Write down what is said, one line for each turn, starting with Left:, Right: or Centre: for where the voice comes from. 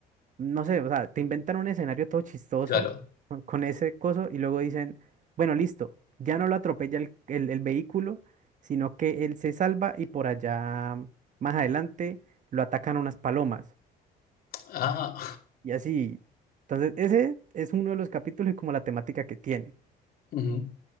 Right: no sé, o sea, te inventan un escenario todo chistoso
Left: claro.
Right: con con ese coso y luego dicen, bueno, listo, ya no lo atropella el, el- el vehículo, sino que él se salva y por allá, más adelante, lo atacan unas palomas
Left: Ah,
Right: y así. Entonces, ese es uno de los capítulos y como la temática que tiene.
Left: <laughs> ujú.